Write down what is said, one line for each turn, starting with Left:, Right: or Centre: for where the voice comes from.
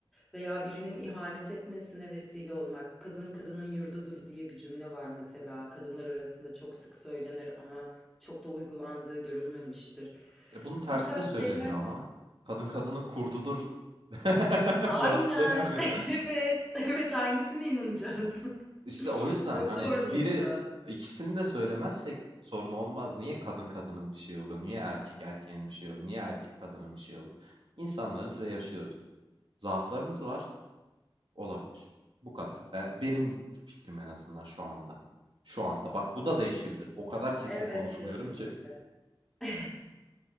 Centre: veya birinin ihanet etmesine vesile olmak, kadın kadının yurdudur diye bir cümle var mesela. Kadınlar arasında çok sık söylenir ama çok da uygulandığı görülmemiştir.
Right: E, bunun tersi
Centre: Bu tarz
Right: de söyleniyor
Centre: şeyler
Right: ama. Kadın kadının kurdudur. <laughs>
Centre: Aynen.
Right: Nasıl yani?
Centre: <laughs> Evet. Evet hangisine inanacağız? <laughs>
Right: İşte o yüzden,
Centre: Çok
Right: hani,
Centre: doğru nokta.
Right: biri ikisini de söylemezsek sorun olmaz. Niye kadın kadının bir şey olur? Niye erkek erkeğin bir şey olur? Niye erkek kadının bir şey olur? İnsanlarız ve yaşıyoruz. Zaaflarımız var, olabilir. Bu kadar. Be benim fikrim en azından şu anda. Şu anda. Bak bu da değişebilir. O kadar kesin
Centre: Evet
Right: konuşmuyorum
Centre: kesinlikle.
Right: ki.
Centre: <laughs>